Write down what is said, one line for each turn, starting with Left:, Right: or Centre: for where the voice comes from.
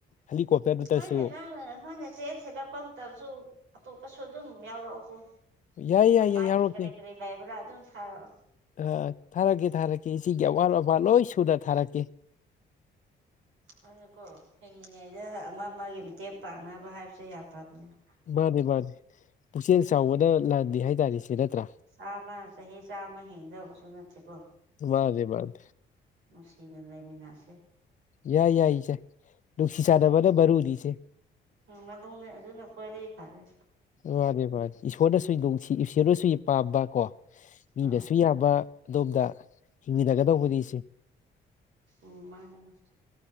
Left: ꯍꯦꯂꯤꯀꯣꯞꯇꯔ ꯅꯠꯇ꯭ꯔꯁꯨ
Right: ꯍꯣꯏꯅꯦ ꯅꯪ ꯍꯣꯔꯣꯏꯅ ꯆꯦꯟ ꯊꯤꯠꯂꯛꯄ ꯃꯇꯝꯁꯨ ꯑꯇꯣꯞꯄꯁꯨ ꯑꯗꯨꯝ ꯌꯥꯎꯔꯛꯎꯀꯣ
Left: ꯌꯥꯏ
Right: ꯆꯝꯄꯥꯛꯀꯤ
Left: ꯌꯥꯏ ꯌꯥꯏ ꯌꯥꯎꯔꯛꯀꯦ
Right: ꯀꯔꯤ ꯀꯔꯤ ꯂꯩꯏꯕ꯭ꯔꯥ ꯑꯗꯨꯝ ꯊꯥꯑꯣ
Left: ꯑ ꯊꯥꯔꯛꯀꯦ ꯊꯥꯔꯛꯀꯦ ꯏ ꯁꯤꯒꯤ ꯑꯋꯥꯠ ꯑꯄꯥ ꯂꯣꯏ ꯁꯨꯗ ꯊꯥꯔꯛꯀꯦ
Right: ꯍꯣꯏꯅꯀꯣ ꯍꯤꯡꯂꯤꯉꯩꯗ ꯑꯃ ꯑꯃꯒꯤ ꯃꯇꯦꯡ ꯄꯥꯡꯅꯕ ꯍꯥꯏꯕꯁꯦ ꯌꯥꯝ ꯐꯕꯅꯤꯅ
Left: ꯃꯥꯅꯦ ꯃꯥꯅꯦ ꯄꯨꯛꯆꯦꯜ ꯆꯥꯎꯕꯅ ꯂꯥꯟꯅꯤ ꯍꯥꯏ ꯇꯔ ꯁꯤ ꯅꯠꯇ꯭ꯔꯥ
Right: ꯆꯥꯝꯃ ꯆꯍꯤ ꯆꯥꯝꯃ ꯍꯦꯡꯖꯕ ꯑꯃꯁꯨ ꯅꯠꯁꯤꯦꯀꯣ
Left: ꯃꯥꯅꯦ ꯃꯥꯅꯦ
Right: ꯅꯨꯡꯁꯤꯅ ꯂꯩꯃꯤꯟꯅꯁꯦ
Left: ꯌꯥꯏ ꯌꯥꯏ ꯏꯆꯦ ꯅꯨꯡꯁꯤ ꯆꯥꯟꯅꯕꯅ ꯃꯔꯨꯅꯤꯆꯦ
Right: ꯎꯝ ꯃꯅꯦ ꯑꯗꯨꯅ ꯀꯣꯏꯔꯛ ꯐꯔꯦ
Left: ꯃꯥꯅꯦ ꯃꯥꯅꯤ ꯏꯁꯣꯔꯅꯁꯨ ꯅꯨꯡꯁꯤ ꯏꯁꯣꯔꯅꯁꯨ ꯄꯥꯝꯕ ꯀꯣ ꯃꯤꯗꯁꯨ
Right: ꯑꯥ
Left: ꯌꯥꯕ ꯑꯗꯣꯝꯗ ꯍꯤꯡꯃꯤꯟꯅꯒꯗꯧꯕꯅꯤ ꯏꯁꯦ
Right: ꯎꯝ ꯃꯥꯅꯦ ꯃꯥ